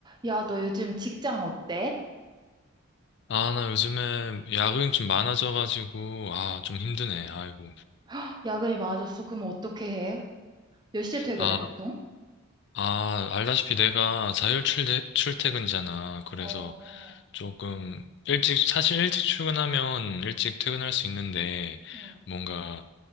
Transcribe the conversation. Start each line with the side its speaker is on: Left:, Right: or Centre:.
Right: 야, 너 요즘 직장 어때?
Left: 아, 나 요즘에 야근이 좀 많아져가지고, 아, 좀 힘드네, 아이고.
Right: <gasps> 헉, 야근이 많아졌어. 그럼 어떻게 해? 몇 시에 퇴근해,
Left: 아,
Right: 보통?
Left: 아, 알다시피 내가 자율 출퇴, 출퇴근이잖아. 그래서
Right: 어,
Left: 조금 일찍, 사실 일찍 출근하면 일찍 퇴근할 수 있는데,
Right: 응.
Left: 뭔가